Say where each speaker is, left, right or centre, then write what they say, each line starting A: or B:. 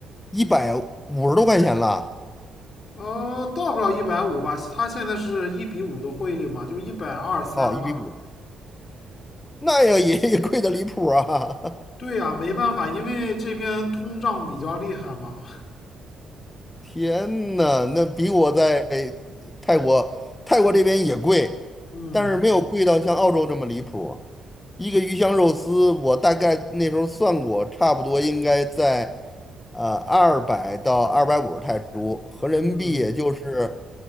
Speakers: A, on the left; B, on the left.
A: 一百五十多块钱了
B: 哦，到不了一百五吧，它现在是一比五的汇率嘛，就一百二三吧。
A: 啊，一比五，那要也也贵的离谱啊！<laughs>
B: 对呀，没办法，因为这边通胀比较厉害嘛。
A: 天呐，那比我在泰国泰国这边也贵，
B: 嗯
A: 但是没有贵到像澳洲这么离谱。一个鱼香肉丝，我大概那时候算过，差不多应该在呃二百到二百五十泰铢，合人民币也就是。
B: 嗯，